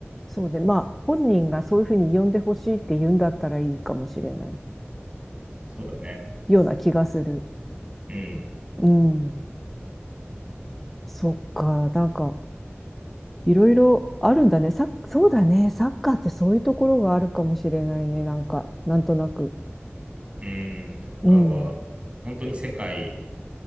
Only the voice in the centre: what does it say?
そうね。まあ、本人がそういうふうに呼んでほしいって言うんだったらいいかもしれない。
ような気がする。
うん。そっか。なんか、いろいろあるんだね。サッ、そうだね。サッカーってそういうところがあるかもしれないね。なんか、なんとなく。
うん。